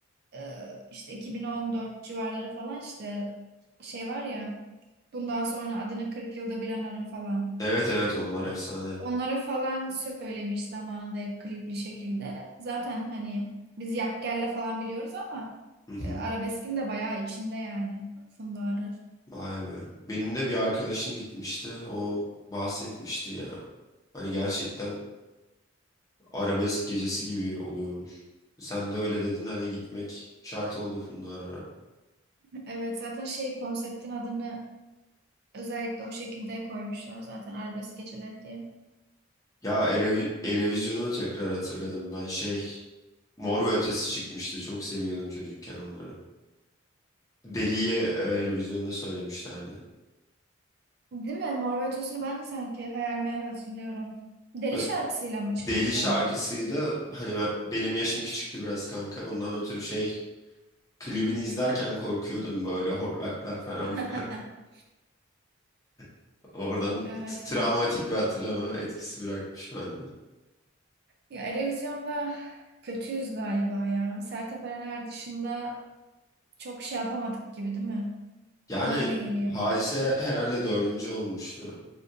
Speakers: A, on the right; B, on the left.
A: e, işte 2014 civarları falan işte şey var ya bundan sonra adını 40 yılda bir anarım falan.
B: Evet evet onlar
A: E,
B: efsane.
A: Onları falan söylemiş zamanında hep klipli şekilde. Zaten hani biz Yakgel'le falan biliyoruz ama
B: Hı hı.
A: e, Arabesk'in de bayağı içinde yani Funda Arar.
B: Vay be. Benim de bir arkadaşım gitmişti. O bahsetmişti ya. Hani gerçekten arabesk gecesi gibi oluyormuş. Sen de öyle dedin hani gitmek şart oldu Funda Arar'a.
A: Evet zaten şey konseptin adını özellikle o şekilde koymuşlar zaten Arabesk Geceleri diye.
B: Ya Erevi Erevizyon'u tekrar hatırladım ben şey. Mor ve Ötesi çıkmıştı. Çok seviyordum çocukken onları. Deli'ye e, Eurovision'da söylemişlerdi.
A: Değil mi? Mor ve Ötesi'ni ben de sanki hayal meyal hatırlıyorum. Deli
B: Ve
A: şarkısıyla mı
B: Deli
A: çıkmışlar?
B: şarkısıydı. Hani ben- benim yaşım küçüktü biraz kanka. Ondan ötürü şey klibini izlerken korkuyordum böyle hortlaklar falan
A: <laughs>
B: var. <laughs> Oradan
A: Evet
B: t- travmatik
A: ben
B: bir hatırlama etkisi bırakmış bende.
A: ya Erevizyon'da kötüyüz galiba ya. Sertab Erener dışında çok şey yapamadık gibi değil mi?
B: Yani
A: Bana öyle geliyor.
B: Hadise herhalde dördüncü olmuştu.